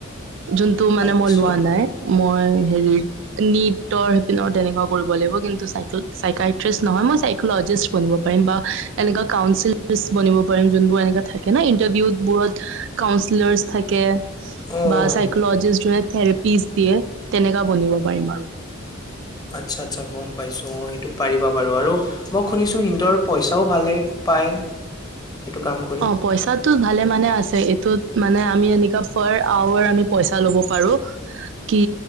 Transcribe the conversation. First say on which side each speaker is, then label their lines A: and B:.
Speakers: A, on the right; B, on the left.
A: যোনটো মানে
B: আচ্ছা
A: মই লোৱা নাই মই হেৰিত নিটৰ সিপিনৰ তেনেকুৱা কৰিব লাগিব কিন্তু চাইকেল চাইকাট্ৰিষ্ট নহয় মই চাইকলজিষ্ট বনিব পাৰিম বা এনেকা কাউনচিলিষ্ট বনিব পাৰিম যোনবোৰ এনেকা থাকে না ইণ্টাৰভিউত বোৰত কাউঞ্চিলাৰচ থাকে
B: অ',
A: বা চাইকলজিষ্ট যোনে থেৰাপি দিয়ে তেনেকা বনিব পাৰিম আৰু
B: আচ্ছা আচ্ছা গম পাইছো অ' সেইটো পাৰিবা বাৰু আৰু মই শুনিছো সিহঁতৰ পইচাও ভালে পায় সেইটো কাম কৰি
A: অ' পইচা এইটো ভালে মানে আছে এইটোত মানে আমি এনেকুৱা পাৰ আৱাৰ আমি পইচা ল'ব পাৰো। কি